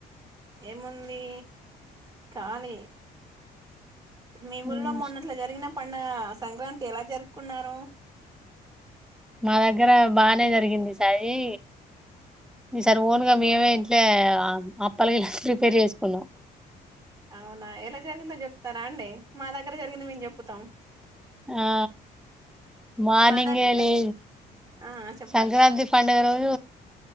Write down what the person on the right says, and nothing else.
ఏముంది కాలియే మీ ఊళ్లో
మొన్నట్ల జరిగిన పండగ సంక్రాంతి ఎలా జరుపుకున్నారు
అవునా ఎలా జరిగిందో చెప్తారా అండి మా దగ్గర జరిగింది మేము చెప్పుతాం
మా దగ్గర
ఆ చెప్పండి